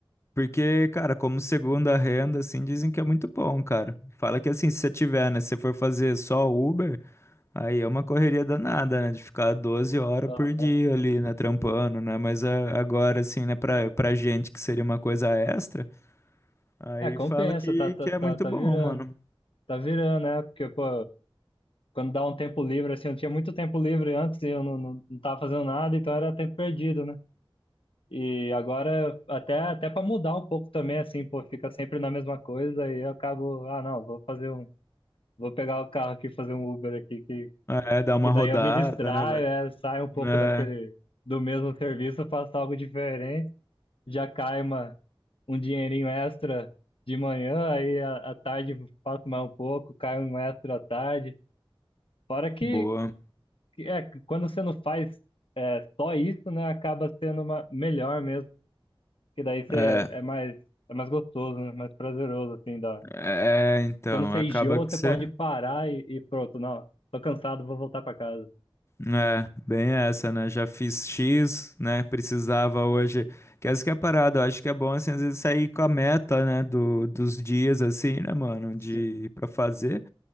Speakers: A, on the left; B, on the left.
A: porque, cara, como segunda renda, assim, dizem que é muito bom, cara. Fala que assim, se você tiver, né? Se você for fazer só Uber. Aí é uma correria danada, né? De ficar doze horas
B: Aham.
A: por dia ali, né? Trampando, né? Mas a- agora, assim, né? Pra, pra gente que seria uma coisa extra, aí
B: É, compensa,
A: fala que,
B: tá, tá,
A: que
B: tá,
A: é muito
B: tá
A: bom,
B: virando.
A: mano.
B: Tá virando, né? Porque, pô, quando dá um tempo livre, assim, eu tinha muito tempo livre antes e eu não, não, não tava fazendo nada, então era tempo perdido, né? E agora, até, até para mudar um pouco também, assim, pô, fica sempre na mesma coisa e eu acabo, ah, não, vou fazer um. Vou pegar o carro aqui, e fazer um Uber aqui, que
A: É, é dar uma
B: que daí
A: rodada,
B: eu me distraio,
A: né, velho?
B: é, saio um pouco
A: É,
B: daquele do mesmo serviço, faço algo diferente, já cai uma, um dinheirinho extra de manhã, aí à à tarde faço mais um pouco, cai um extra à tarde. Fora que,
A: boa.
B: que é, que quando você não faz é, só isso, né, acaba sendo uma, melhor mesmo, que daí você
A: É,
B: é mais, é mais gostoso, né, mais prazeroso, assim, da...
A: é, então,
B: Quando você
A: acaba
B: enjoa,
A: que
B: você
A: você.
B: pode parar e, e pronto, não, tô cansado, vou voltar para casa.
A: É, bem essa, né? Já fiz X, né? Precisava hoje. Que essa que é a parada, eu acho que é bom, assim, às vezes sair com a meta, né? Do, dos dias, assim, né, mano?
B: Sim.
A: De, pra fazer.